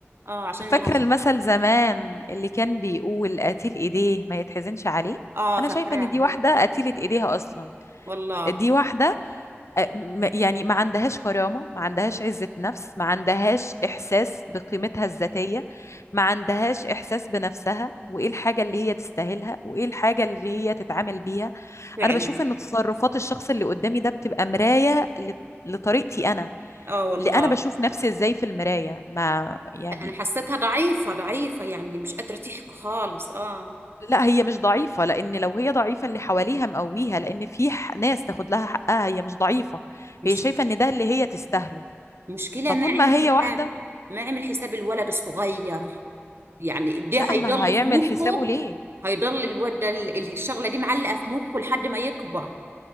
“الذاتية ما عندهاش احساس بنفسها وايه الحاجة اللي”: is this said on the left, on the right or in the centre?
Left